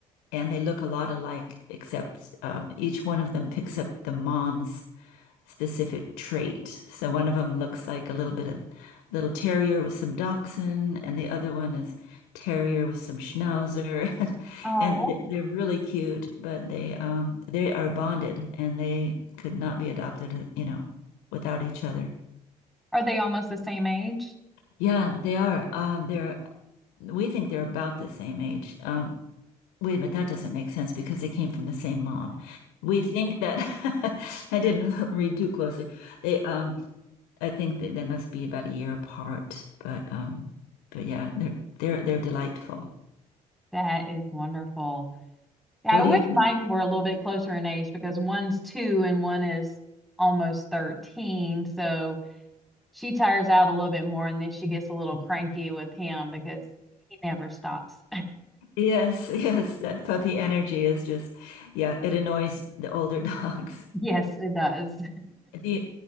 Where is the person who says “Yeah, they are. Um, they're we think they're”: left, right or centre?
Left